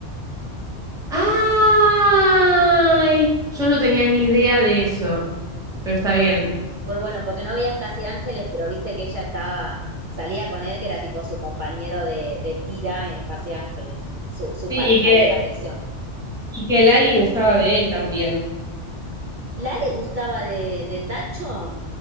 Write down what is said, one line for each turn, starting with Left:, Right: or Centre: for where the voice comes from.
Centre: ¡Ay! Yo no tenía ni idea de eso, pero está
Right: por,
Centre: bien.
Right: por bueno, porque no veías casi ángeles, pero viste que ella estaba, salía con él, que era tipo su compañero de, de tira en Casi Ángeles, su, su
Centre: Sí,
Right: pareja
Centre: y que
Right: ahí de la ficción.
Centre: Y que Lali gustaba de él también.
Right: ¿La le gustaba de, de Tacho?